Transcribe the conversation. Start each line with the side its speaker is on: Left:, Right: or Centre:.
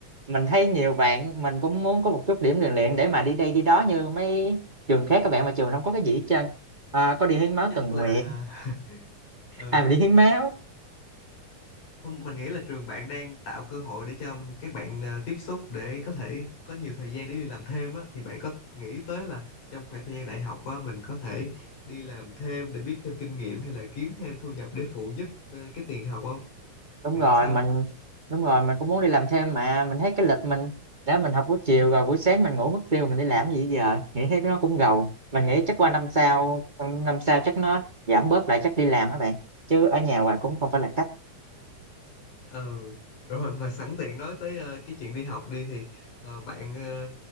Right: mình thấy nhiều bạn mình cũng muốn có một chút điểm rèn luyện để mà đi đây đi đó như mấy trường khác các bạn mà trường mình không có cái gì hết trơn à, có đi hiến máu
Left: chắc
Right: tình nguyện
Left: là <laughs> ừ
Right: à mình đi hiến máu
Left: Không, mình nghĩ là trường bạn đang tạo cơ hội để cho các bạn ờ, tiếp xúc để có thể có nhiều thời gian để đi làm thêm á thì bạn có nghĩ tới là trong khoảng thời gian đại học á mình có thể đi làm thêm để biết thêm kinh nghiệm hay là kiếm thêm thu nhập để phụ giúp ờ, cái tiền học không?
Right: đúng
Left: Bạn
Right: rồi
Left: nghĩ sao?
Right: mình đúng rồi mình cũng muốn đi làm thêm mà mình thấy cái lịch mình đã mình học buổi chiều rồi buổi sáng mình ngủ mất tiêu mình đi làm gì giờ nghĩ thấy nó cũng gầu mình nghĩ chắc qua năm sau năm năm sau chắc nó giảm bớt lại chắc đi làm các bạn chứ ở nhà hoài cũng không phải là cách
Left: Ờ rồi mà sẵn tiện nói tới ờ, cái chuyện đi học đi thì ờ, bạn ờ,